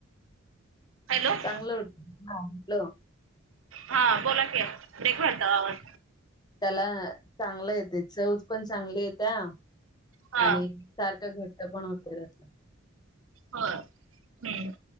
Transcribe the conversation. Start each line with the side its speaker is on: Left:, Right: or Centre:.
Right: Hello okay.
Left: चांगलं <unintelligible>
Right: हा बोला की, ब्रेक झालता आवाज.
Left: त्याला चांगलं येतेय, चव पण चांगली येत्या.
Right: हा
Left: आणि सारखं घट्ट पण होत रस
Right: होय, हम्म.